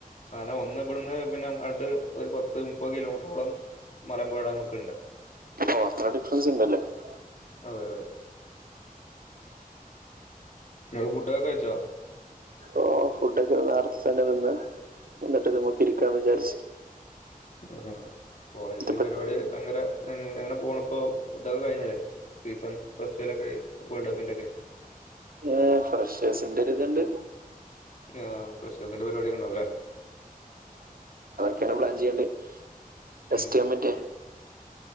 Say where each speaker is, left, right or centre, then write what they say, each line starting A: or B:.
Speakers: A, on the left (about 55°); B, on the right (about 75°).
A: അങ്ങനെ ഒന്ന് ഇബട്ന്ന് പിന്നെ ആണ്ട് ഒരു പത്ത് മുപ്പത് കിലോമീറ്ററോളം മലമ്പുഴ ഡാമൊക്കെണ്ട്
B: ഓ അത്ര അടുത്തൊന്നും <unintelligible>
A: അതെ അതെ ങ്ങള് ഫുഡൊക്കെ കയ്ച്ചൊ
B: ഓ ഫുഡൊക്കെ നേറ്ത്സ്ത്തന്നെ തിന്ന് ഇന്നട്ട് പൊട്ടിരിക്കാന്നിചാരിച്ച്
A: ആ കോളേജ്
B: ഇതിപ്പോ
A: പരിപാടി എങ്ങന എങ്ങനെ പോണ ഇപ്പോ ഇതൊക്കെ കഴിഞ്ഞല്ലേ സീസൺ ഫസ്റ്റ് വലൊക്കായി വേൾഡ് കപ്പിന്റെ ഒക്കെ
B: ന്നേ ഫ്രഷേ്സിന്റെരിതുണ്ട്
A: ആ ഫ്രഷേസിൻ്റെ പരിവാടി യൊക്കെ ഇണ്ടാവുലെ
B: ക്യാണ് പ്ലാൻ ചെയ്യണ്ടെ ഫസ്റ്റക്കമിറ്റ്യ
A: ഉം.